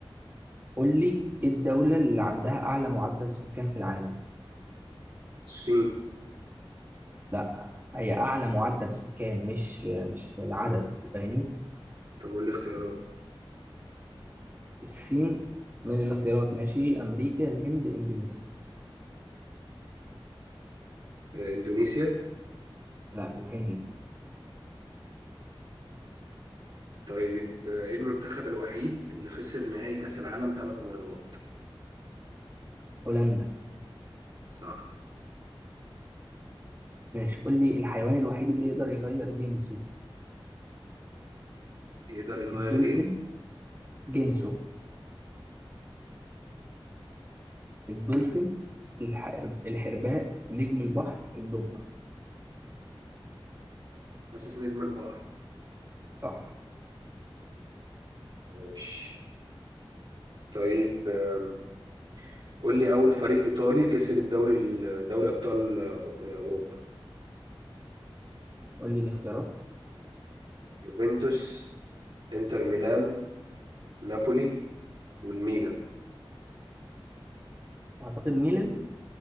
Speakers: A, on the right; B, on the right.
A: قول لي ايه الدولة اللي عندها اعلى معدل سكان في العالم
B: الصين
A: لا هي اعلى معدل سكان مش مش العدد فاهمني
B: طب والاختيارات
A: الصين من الاختيارات ماشي امريكا الهند اندونيسيا
B: آه، اندونيسيا
A: لا الهند
B: طيب آه، ايه المنتخب الوحيد اللي خسر نهائي كأس العالم ثلاث مرات
A: هولندا
B: صح
A: ماشي قول لي الحيوان الوحيد اللي يقدر يغير جنسه
B: يقدر يغير
A: الدولفين
B: ايه
A: جنسه الدولفين الح... الحرباء نجم البحر الضفدع
B: حاسس نجم البحر
A: صح
B: ماشي طيب آم، قول لي اول فريق ايطالي كسب الدوري ال- دوري ابطال آه، ف- آه، اوروبا
A: قول لي الاختيارات
B: يوفنتوس انتر ميلان نابولي والميلان
A: اعتقد ميلان